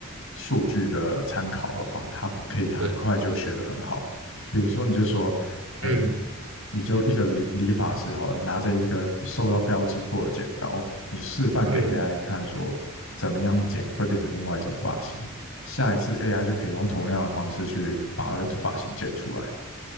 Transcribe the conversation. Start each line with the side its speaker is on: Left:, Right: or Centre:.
Left: 数据的参考的话，它可以很快就学得很好。
Right: 对，
Left: 比如说，你就说哎，
Right: 嗯
Left: 你就一个理理发师好了，拿着一个受到标记过的剪刀，你示范给
Right: 嗯。
Left: AI 看，说怎么样剪会变成另外一种发型。下一次 AI 就可以用同样的方式去把那个发型剪出来，